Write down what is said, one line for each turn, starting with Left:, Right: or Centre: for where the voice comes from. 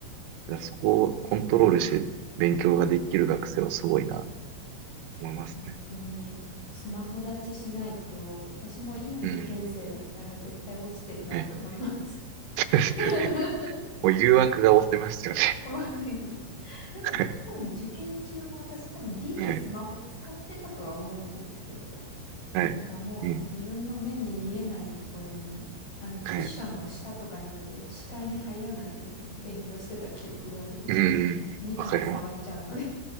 Right: だからそこをコントロールして勉強ができる学生はすごいな、と思いますね。
Left: 本当に、あの、スマホ立ちしないと、私も今受験生だったら絶対落ちてるなって思います。
Right: うん。はい。<laughs> そうですよね。
Left: <laughs>
Right: もう誘惑が多すせますよね。
Left: 思いますなんか多分受験中も私多分ギリスマホ使ってたとは思うんですけど、
Right: <laughs> はい。はい。
Left: なんかもう自分の目に見えないところに、
Right: うん。
Left: あのクッションの下とかに置いて視界に入らないように勉強してた記憶があります。
Right: はい。うん。
Left: 見たら触っちゃうので
Right: わかります。